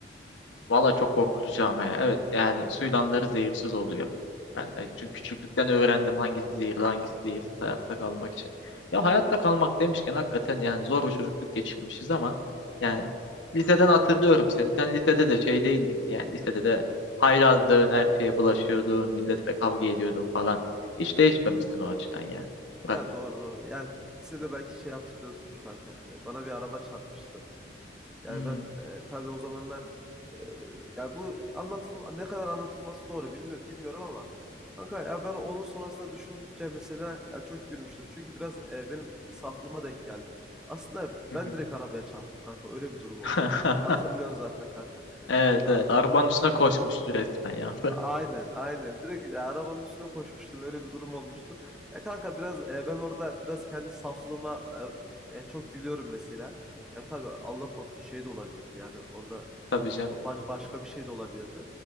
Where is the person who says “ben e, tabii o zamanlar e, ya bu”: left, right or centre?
Centre